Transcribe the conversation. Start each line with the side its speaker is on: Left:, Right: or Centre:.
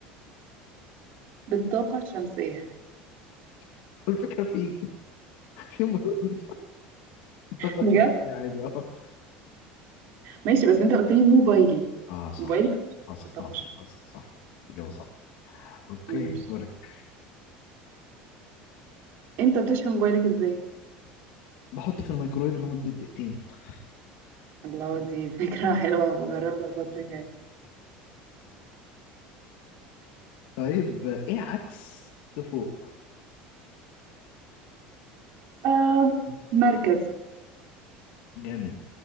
Right: بالطاقة الشمسية
Left: <laughs> الفكرة في في موبايل طاقة
Right: بجد
Left: شخصية عادي اه
Right: ماشي بس انت قلت لي موبايلي
Left: اه صح
Right: موبايلي مش
Left: حصل
Right: بالطاقة
Left: حصل
Right: الشمسية
Left: حصل صح إجابة صح اوكي
Right: ماشي
Left: دورك
Right: انت بتشحن موبايلك ازاي
Left: بحط في الميكرويف لمدة دقيقتين <laughs>
Right: الله دي <laughs> فكرة حلوة بجربها الفترة الجاية
Left: طيب آه، ايه عكس فوق
Right: آه مركز
Left: جامد